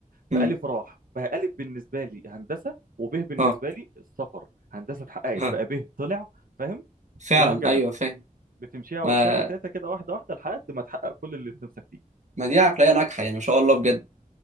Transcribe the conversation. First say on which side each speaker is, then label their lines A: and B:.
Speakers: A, on the right; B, on the right.
A: مم.
B: فألف راح بقى ألف بالنسبة لي هندسة وب بالنسبة
A: اه
B: لي السفر هندسة اتحققت
A: ها.
B: بقى ب طلع فاهم
A: فعلا
B: وهكذا
A: ايوه فاهم
B: بتمشيها
A: ما
B: تاتا تاتا كده واحدة واحدة لحد ما تحقق كل اللي نفسك فيه
A: ما دي عقليه ناجحه يعني ما شاء الله بجد